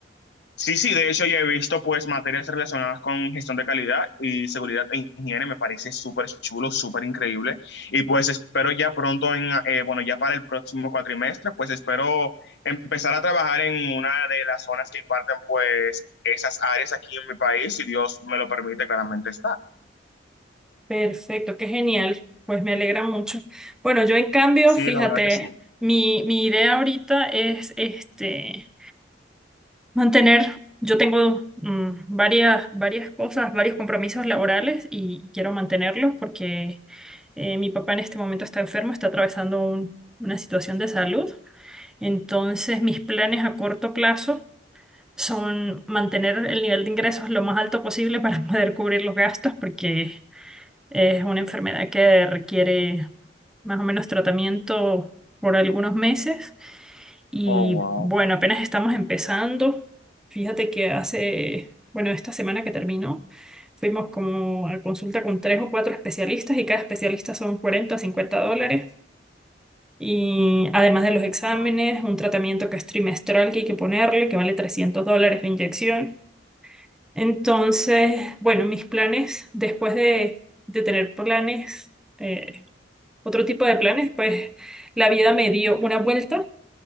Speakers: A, on the left; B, in the centre.
A: Sí, sí, de hecho ya he visto pues materias relacionadas con gestión de calidad y seguridad en higiene, me parece súper chulo, súper increíble y pues espero ya pronto, en, eh, bueno, ya para el próximo cuatrimestre, pues espero empezar a trabajar en una de las zonas que imparten pues esas áreas aquí en mi país, si Dios me lo permite, claramente está.
B: Perfecto, qué genial. Pues me alegra mucho. Bueno, yo en cambio,
A: Sí,
B: fíjate,
A: la verdad que sí.
B: mi, mi idea ahorita es este. Mantener, yo tengo mm, varias, varias cosas, varios compromisos laborales y quiero mantenerlos porque eh, mi papá en este momento está enfermo, está atravesando un- una situación de salud. Entonces, mis planes a corto plazo son mantener el nivel de ingresos lo más alto posible para <laughs> poder cubrir los gastos porque es una enfermedad que requiere más o menos tratamiento por algunos meses. Y
A: Oh, wow.
B: bueno, apenas estamos empezando. Fíjate que hace, bueno, esta semana que terminó, fuimos como a consulta con tres o cuatro especialistas y cada especialista son 40 o 50 dólares. Y además de los exámenes,
A: wow.
B: un tratamiento que es trimestral que hay que ponerle, que vale 300 dólares la inyección. Entonces, bueno, mis planes, después de, de tener planes, eh, otro tipo de planes, pues la vida me dio una vuelta